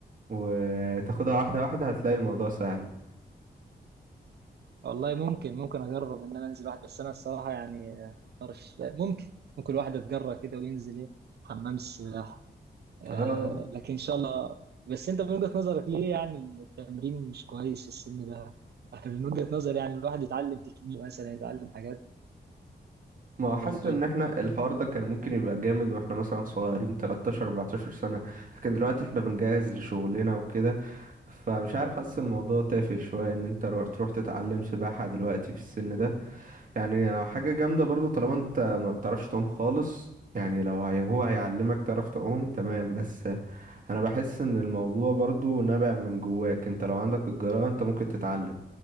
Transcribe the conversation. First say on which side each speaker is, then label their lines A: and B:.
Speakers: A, on the right (about 50°); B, on the right (about 70°).
A: وتاخدها واحدة واحدة هتلاقي الموضوع سهل
B: والله ممكن ممكن أجرب إن أنا أنزل واحد بس أنا الصراحة يعني آه، مقدرش- ممكن ممكن الواحد يتجرأ كده وينزل إيه حمام السباحة آه
A: اه
B: لكن ان شاء الله بس انت من وجهة نظرك ليه يعني التمرين مش كويس في السن ده؟ انا من وجهة نظري يعني الواحد يتعلم تكنيك مثلا يتعلم حاجات
A: ما
B: مدربين
A: هو حاسس ان احنا الحوار ده كان ممكن يبقى جامد واحنا مثلا صغيرين 13 14 سنة لكن دلوقتي احنا بنجهز لشغلنا وكده فمش عارف حاسس الموضوع تافه شوية ان انت رو- تروح تتعلم سباحة دلوقتي في السن ده يعني حاجة جامدة برضو طالما انت ما بتعرفش تعوم خالص يعني لو هي هو هيعلمك تعرف تعوم تمام بس انا بحس ان الموضوع برضو نابع من جواك انت لو عندك الجرأة انت ممكن تتعلم